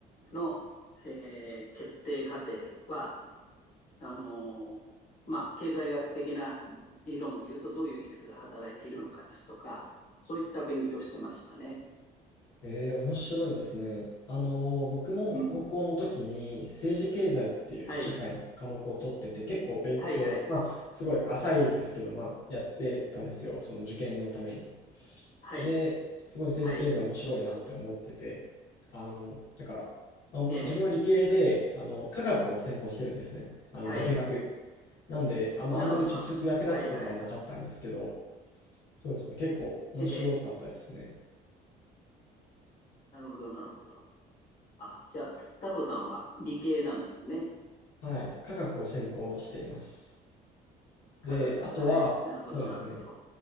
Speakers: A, on the left; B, on the left.
A: の、えー決定過程は、あの、まあ、経済学的な理論で言うと、どういう理屈が働いているのかですとか、そういった勉強してましたね。
B: へえ、面白いですね。あの、僕も高校の時に政治経済っていう社会の科目を取ってて、
A: うん。はい。
B: 結構勉強、
A: はい、はい。
B: まあ、すごい浅いですけど、まあ、やってたんですよ。その受験のために。
A: はい、
B: で、すごい政治経済面白いなって思ってて、
A: はい。
B: あの、だから、まあ、
A: ええ、
B: 自分は理系で、あの、科学を専攻してるんですね。あの、
A: はい。
B: 化学。なんで、あんま、
A: なるほど、
B: あんまり直接役立つことはなかったんですけど、
A: なるほど。はい、はい。
B: そうですね、結構面白かったですね。
A: ええ、なるほど、なるほど。あ、じゃあ、太郎さんは理系なんですね。
B: はい、科学を専攻しています。
A: 科学。
B: で、あとは、
A: はい。なるほど、
B: そうですね、
A: なるほど。